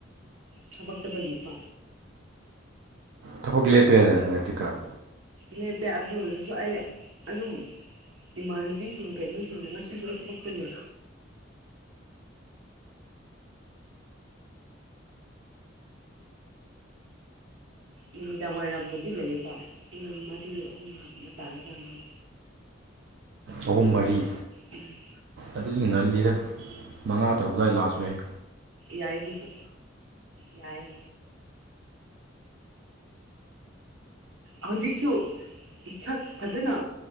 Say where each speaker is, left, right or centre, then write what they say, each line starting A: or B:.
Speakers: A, on the right; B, on the right.
A: ꯊꯕꯛ ꯆꯠꯄꯒꯤꯀꯣ
B: ꯊꯕꯛ ꯂꯦꯞꯄꯦꯅ ꯍꯟꯗꯛꯇꯤ ꯈꯔ
A: ꯂꯦꯞꯄꯦ ꯑꯗꯨꯏ ꯑꫭꯏꯔꯁꯨ ꯑꯩ ꯑꯗꯨꯝ ꯏꯃꯥꯟꯅꯕꯤꯁꯤꯡ ꯀꯩꯅꯣꯁꯤꯡ ꯉꯁꯤꯁꯨ ꯑꯩ ꯊꯕꯛ ꯆꯠꯂ‌ꯦ ꯅꯨꯃꯤꯗꯥꯡ ꯋꯥꯏꯔꯝꯕꯨꯗꯤ ꯂꯩꯌꯦꯀꯣ ꯄꯨꯡ ꯃꯔꯤ ꯑꯍꯨꯝꯁꯤꯃ ꯇꯥꯔꯀꯥꯟꯗꯅꯦ
B: ꯑꯍꯨꯝ ꯃꯔꯤ
A: ꯎꯝ
B: ꯑꯗꯨꯗꯤ ꯉꯜꯂꯤꯗ ꯃꯉꯥ ꯇꯔꯨꯛ ꯑꯗ꯭ꯋꯥꯏ ꯂꯥꯛꯁꯨ ꯌꯥꯏ
A: ꯌꯥꯏꯒꯤꯁꯨ ꯌꯥꯏꯌꯦ ꯍꯧꯖꯤꯛꯁꯨ ꯏꯁꯛ ꯐꯖꯅ